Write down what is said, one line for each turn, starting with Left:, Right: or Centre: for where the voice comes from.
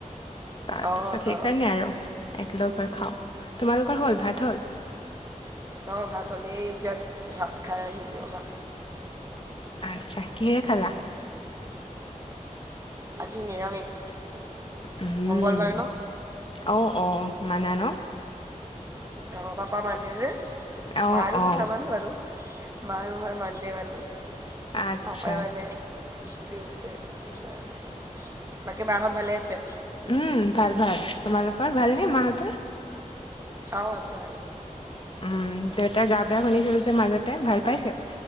Left: তাৰ
Right: অ
Left: পাছত সেইকাৰণে
Right: অ
Left: আৰু একলগ হৈ খাওঁ তোমালোকৰ হল ভাত হল
Right: অ ভাত হ'লেই জাষ্ট ভাত খাই আহিলো ৰ'বা
Left: আচ্ছা কিহেৰে খালা
Right: আজি নিৰামিষ
Left: উম
Right: মংগলবাৰ ন
Left: অ অ মানা ন
Right: অ পাপা মানে যে
Left: অ'
Right: মা আৰু
Left: অ'
Right: মই নামানো আৰু মা আৰু মই ইমান নামানো
Left: আচ্ছা
Right: পাপাই মানে টিউচডে সেইকাৰণে বাকী বাঁহত ভালে আছে
Left: উম ভাল ভাল তোমালোকৰ ভাল নে মাঁহতৰ
Right: অ আছে
Left: উম দেউতাৰ গা বেয়া শুনিছিলো যে মাজতে ভাল পাইছে